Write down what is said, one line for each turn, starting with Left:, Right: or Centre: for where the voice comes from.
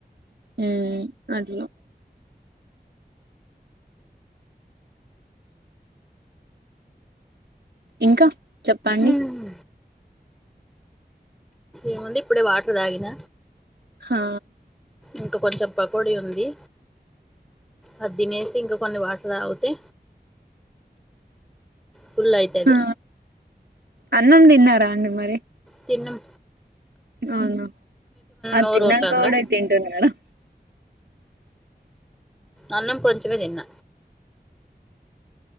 Right: మ్ అట్ల ఇంక చెప్పండి
Centre: ఉమ్ ఏముంది ఇప్పుడే వాటర్ తాగిన
Right: హా
Centre: ఇంక కొంచెం పకోడి ఉంది అది తినేసి ఇంకా కొన్ని వాటర్ తాగుతే ఫుల్ అయితది
Right: ఆ అన్నం తిన్నారా అండి మరి
Centre: తిన్నం
Right: అవున ఆది
Centre: నోరు
Right: తిన్నంక
Centre: ఊరుతాందా
Right: కూడా ఇ తింటున్నారా
Centre: అన్నం కొంచమే తిన్న